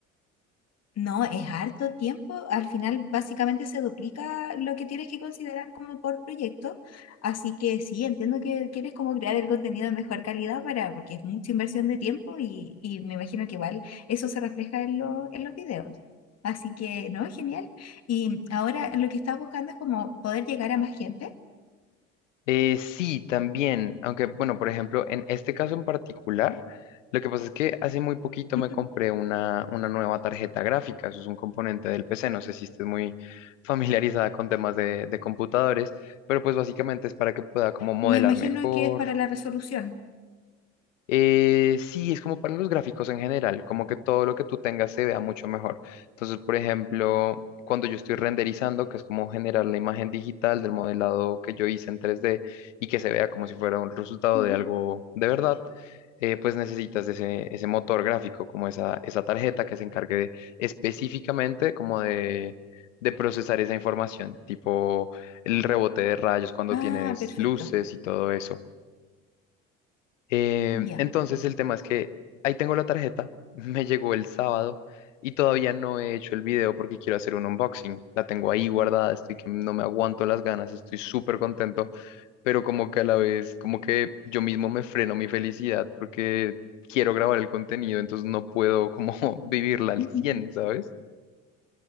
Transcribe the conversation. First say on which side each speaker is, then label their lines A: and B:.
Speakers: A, on the left (about 40°); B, on the left (about 70°).
A: No, es harto tiempo. Al final, básicamente se duplica lo que tienes que considerar como por proyecto. Así que sí, entiendo que quieres como crear el contenido de mejor calidad para, porque es mucha inversión de tiempo y, y me imagino que igual eso se refleja en, lo- en los videos. Así que no, genial. Y ahora lo que estás buscando es como poder llegar a más gente.
B: Eh, sí, también, aunque bueno, por ejemplo, en este caso en particular, lo que pasa es que hace muy poquito
A: Ujú.
B: me compré una, una nueva tarjeta gráfica, eso es un componente del PC, no sé si estés muy <laughs> familiarizada con temas de, de computadores, pero pues básicamente es para que pueda como modelar
A: Me imagino
B: mejor,
A: que es para la resolución.
B: eh, sí, es como para los gráficos en general, como que todo lo que tú tengas se vea mucho mejor. Entonces, por ejemplo, cuando yo estoy renderizando, que es como generar la imagen digital del modelado que yo hice en 3D y que se vea como si fuera un resultado
A: Ujú.
B: de algo de verdad, eh, pues necesitas ese, ese motor gráfico, como esa, esa tarjeta que se encargue de- específicamente como de, de procesar esa información, tipo el rebote de rayos cuando
A: Ah,
B: tienes
A: perfecto.
B: luces y todo eso. Eh,
A: Ya.
B: entonces el tema es que ahí tengo la tarjeta, <laughs> me llegó el sábado y todavía no he hecho el video porque quiero hacer un unboxing. La tengo ahí guardada, estoy que no me aguanto las ganas, estoy súper contento, pero como que a la vez, como que yo mismo me freno mi felicidad porque quiero grabar el contenido, entonces no puedo como <laughs> vivirla al
A: Ujú,
B: cien ¿sabes?